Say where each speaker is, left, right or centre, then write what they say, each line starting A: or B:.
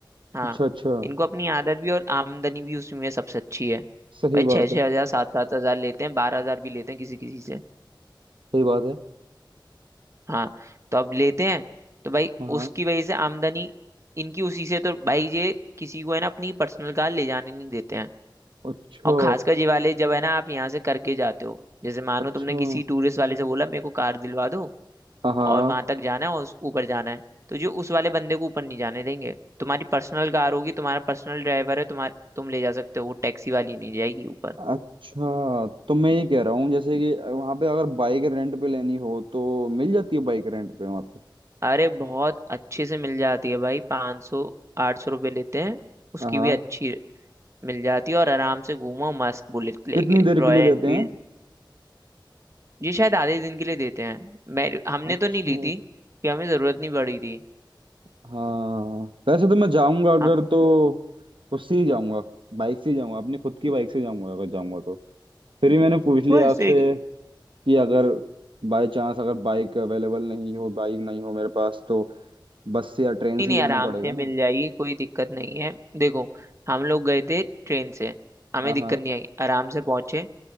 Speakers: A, on the right; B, on the right.
A: हाँ
B: अच्छा अच्छा
A: इनको अपनी आदत भी और आमदनी भी उसमें सबसे अच्छी है
B: सही
A: भाई छः
B: बात
A: छः
B: है
A: हजार सात सात हजार लेते हैं बारह हजार भी लेते हैं किसी किसी से
B: सही बात है
A: हाँ तो अब लेते हैं तो भाई
B: हाँ हाँ
A: उसकी वजह से आमदनी इनकी उसी से तो भाई ये किसी को है ना अपनी पर्सनल कार ले जाने नहीं देते हैं
B: अच्छा
A: और खासकर ये वाले जब है ना आप यहाँ से करके जाते हो जैसे मानो
B: अच्छा
A: तुमने किसी टूरिस्ट वाले से बोला मेरे को कार दिलवा दो
B: हाँ हाँ
A: और वहां तक जाना है और उस ऊपर जाना है तो जो उस वाले बंदे को ऊपर नहीं जाने देंगे तुम्हारी पर्सनल कार होगी तुम्हारा पर्सनल ड्राइवर है तुम्हार तुम ले जा सकते हो वो टैक्सी वाली नहीं जाएगी ऊपर
B: अच्छा तो मैं ये कह रहा हूँ जैसे कि वहाँ पे अगर बाइक रेंट पे लेनी हो तो मिल जाती है बाइक रेंट पे वहाँ पे
A: अरे बहुत अच्छे से मिल जाती है भाई पाँच सौ आठ सौ रुपये लेते हैं उसकी
B: हाँ हाँ
A: भी अच्छी मिल जाती है और आराम से घूमो मस्त बुलेट लेके
B: कितनी देर
A: रॉयल
B: के लिए देते
A: एनफील्ड
B: हैं
A: ये शायद आधे दिन के लिए देते हैं मैं हमने
B: अच्छा
A: तो नहीं ली थी कि हमें जरूरत नहीं पड़ी थी
B: हाँ वैसे तो मैं जाऊंगा अगर
A: हम
B: तो उससे ही जाऊंगा बाइक से ही जाऊंगा अपनी खुद की बाइक से जाऊंगा अगर जाऊंगा तो फिर भी मैंने पूछ लिया
A: बस
B: आपसे
A: एक
B: कि अगर बाय चांस अगर बाइक अवेलेबल नहीं हो बाइक नहीं हो मेरे पास तो बस से या ट्रेन
A: नहीं
B: से
A: नहीं
B: ही जाना
A: आराम
B: पड़ेगा
A: से
B: ना
A: मिल जाएगी कोई दिक्कत नहीं है देखो हम लोग गए थे ट्रेन से हमें
B: हाँ
A: दिक्कत
B: हाँ
A: नहीं आई आराम से पहुंचे